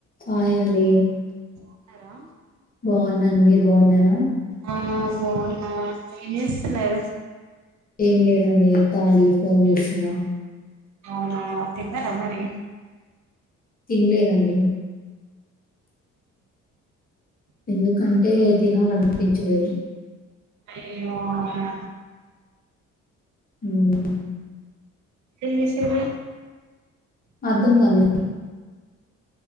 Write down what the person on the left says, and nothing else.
Hi అండి
బాగున్నాను మీరు బాగున్నారా
ఏం లేదండి తాళి ఫోన్ చూస్తున్న
తిన్లేదండి ఎందుకంటే తినాలనిపించలేదు
మ్
అర్థం కాలేదు